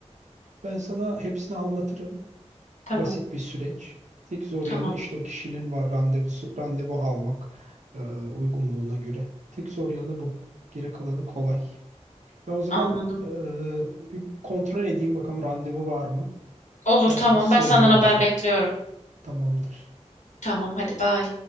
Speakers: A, on the right; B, on the left.
A: Ben sana hepsini anlatırım.
B: Tamam.
A: Basit bir süreç. Tek zor
B: Tamam.
A: yanı işte o kişinin var randevusu, randevu almak e, uygunluğuna göre. Tek zor yanı bu. Geri kalanı kolay. Ben o zaman
B: Anladım.
A: e, bir kontrol edeyim bakalım randevu var mı?
B: Olur
A: Ben
B: tamam.
A: sana söylerim
B: Ben senden haber
A: o zaman.
B: bekliyorum.
A: Tamamdır.
B: Tamam hadi bye.